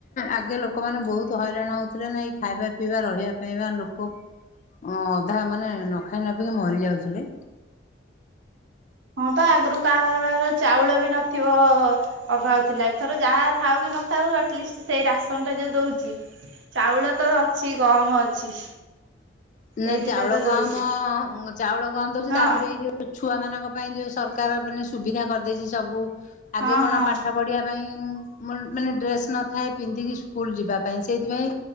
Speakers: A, on the left; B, on the right.
A: ଆଗେ ଲୋକମାନେ ବୋହୁତ୍ ହଇରାଣ ହୋଉଥୁଲେନା ଏଇ ଖାଇବା, ପିଇବା, ରହିବା ପାଇଁ ବା ଲୋକ ଅଁ ଅଧା ମାନେ ନଖାଇ ନ ପିଇକି ମରିଯାଉଥୁଲେ।
B: ହଁ ତ ଆଗୁରୁ କାହା ଘର ବାହାର ଚାଉଳ ବି ନଥିବ। ଅଭାବ ଥିଲା ଏଥର ଯାହା ଥାଉ କି ନଥାଉ ଆଟଲିଷ୍ଟ ସେଇ ରାସନ୍ ଟା ଯୋଉ ଦୋଉଚି। ଚାଉଳ ତ ଅଛି ଗହମ ଅଛି।
A: ନାଁ
B: ଏଇ ଦିଟା
A: ଚାଉଳ
B: ତ ଦଉଛି
A: ଗହମ ଚାଉଳ ଗହମ ଦୋଉଚି
B: ହଁ
A: ତାପରେ ଏଇ ଯୋଉ ଉ ଛୁଆମାନଙ୍କ ପାଇଁ ଯୋଉ ସରକାର ଏବେ ନି ସୁବିଧା କରିଦେଇଚି ସବୁ ଆଗେ
B: ହଁ
A: କଣ
B: ହଁ
A: ପାଠ ପଢ଼ିବା ପାଇଁ ଉଁ ମୁନ୍ ମାନେ ଡ୍ରେସ୍ ନଥାଏ ପିନ୍ଧିକି ସ୍କୁଲ୍ ଯିବାପାଇଁ। ସେଇଥିପାଇଁ